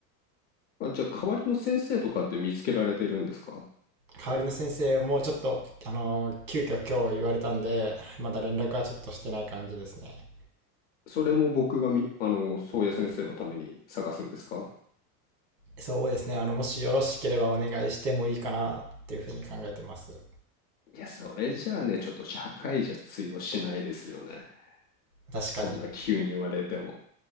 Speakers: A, on the left; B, on the right.
A: あ、じゃあ、代わりの先生とかって見つけられてるんですか
B: 代わりの先生もちょっと、あの、急遽今日言われたんで、まだ連絡はちょっとしてない感じですね。
A: それも僕がみ、あの、宗谷先生のために探すんですか
B: そうですね。あの、もしよろしければお願いしてもいいかなっていうふうに考えてます。
A: いや、それじゃあね、ちょっと社会じゃ通用しないですよね。
B: 確かに。
A: そんな急に言われても。